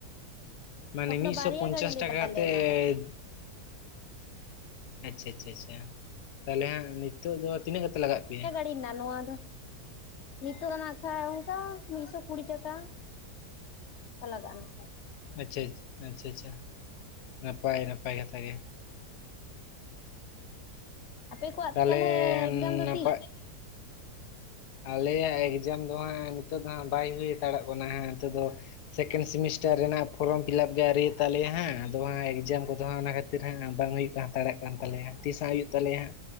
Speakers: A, on the left; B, on the left.
A: ᱢᱟᱱᱮ
B: ᱛᱚᱠᱷᱚᱱ
A: ᱢᱤᱫᱥᱚ
B: ᱫᱚ ᱵᱟᱨᱭᱟ
A: ᱯᱚᱧᱪᱟᱥ
B: ᱜᱟᱹᱰᱤ ᱞᱮᱫᱟᱞᱮ
A: ᱴᱟᱠᱟᱛᱮᱡ᱾
B: ᱚᱱᱟ ᱫᱚ
A: ᱟᱪᱪᱷᱟ ᱟᱪᱪᱷᱟ ᱟᱪᱷᱟ ᱛᱟᱞᱦᱮ ᱦᱟᱸᱜ ᱱᱤᱛᱳᱜ ᱫᱚ ᱛᱤᱱᱟᱹᱜ ᱠᱟᱛᱮ ᱞᱟᱜᱟᱜ ᱯᱮᱭᱟ?
B: ᱮᱱᱟ ᱱᱚᱣᱟ ᱫᱚ ᱱᱤᱛᱚᱜ ᱠᱷᱟᱱ ᱚᱱᱠᱟ ᱢᱤᱫᱥᱚ ᱠᱩᱲᱤ ᱴᱟᱠᱟ᱾ ᱞᱟᱜᱟᱜᱼᱟ ᱱᱚᱝᱠᱟ᱾
A: ᱟᱪᱪᱷᱟ ᱟᱪᱪᱷᱟ ᱟᱪᱪᱷᱟ ᱱᱟᱯᱟᱭ ᱱᱟᱯᱟᱭ ᱠᱟᱛᱷᱟ ᱜᱮ᱾
B: ᱟᱯᱮ ᱠᱚᱣᱟᱜ
A: ᱛᱟᱦᱚᱞᱮ
B: ᱛᱟᱦᱞᱮ ᱮᱠᱡᱟᱢ ᱫᱚ
A: ᱱᱟᱯᱟᱭ
B: ᱛᱤᱥ?
A: ᱟᱞᱮᱭᱟᱜ ᱮᱠᱡᱟᱢ ᱫᱚ ᱦᱟᱸᱜ ᱱᱤᱛᱚᱜ ᱫᱚ ᱦᱟᱸᱜ ᱵᱟᱭ ᱦᱩᱭ ᱦᱟᱛᱟᱲᱚᱜ ᱠᱟᱱᱟ ᱦᱟᱜ ᱱᱤᱛᱚᱜ ᱫᱚ᱾ ᱥᱮᱠᱮᱱᱰ ᱥᱮᱢᱤᱥᱴᱟᱨ ᱨᱮᱱᱟᱜ ᱯᱷᱚᱨᱚ ᱯᱷᱤᱞᱟᱯ ᱜᱮ ᱟᱹᱣᱨᱤᱭᱟ ᱛᱟᱞᱮᱭᱟ ᱦᱟᱸᱜ ᱟᱫᱚ ᱦᱟᱸᱜ ᱮᱠᱡᱟᱢ ᱠᱚᱫᱚ ᱦᱟᱸᱜ ᱚᱱᱟ ᱠᱷᱟᱹᱛᱤᱨ, ᱠᱷᱟᱹᱛᱤᱨ ᱦᱟᱸᱜ ᱵᱟᱝ ᱦᱩᱭᱩᱜ ᱛᱟᱲᱟᱜ ᱠᱟᱱ ᱛᱟᱞᱮᱭᱟ ᱛᱤᱥ ᱦᱟᱸᱜ ᱦᱩᱭᱩᱜ ᱛᱟᱞᱮᱭᱟ ᱦᱟᱸᱜ